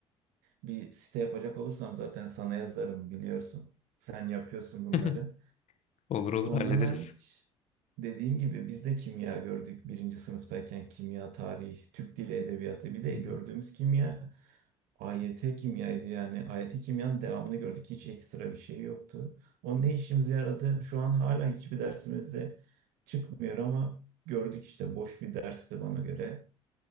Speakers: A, on the right; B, on the left.
A: Bir site yapacak olursam zaten sana yazarım biliyorsun. Sen yapıyorsun bunları.
B: <laughs> Olur olur
A: Ondan
B: hallederiz.
A: hariç dediğin gibi biz de kimya gördük birinci sınıftayken kimya, tarih, Türk dili edebiyatı bir de
B: Hı
A: gördüğümüz
B: hı.
A: kimya AYT kimyaydı yani. AYT kimyanın devamını gördük. Hiç ekstra bir şey yoktu. O ne işimize yaradı? Şu an hala hiçbir dersimizde çıkmıyor ama gördük işte boş bir dersti bana göre.